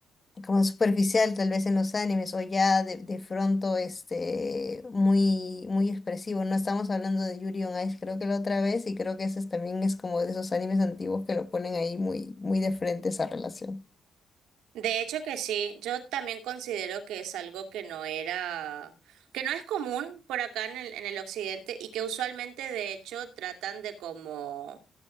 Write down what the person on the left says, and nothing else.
como superficial tal vez en los animes o ya de, de pronto este muy muy expresivo. No estamos hablando de Yuri on Ice, creo que la otra vez y creo que ese es- también es como de esos animes antiguos que lo ponen ahí muy muy de frente esa relación.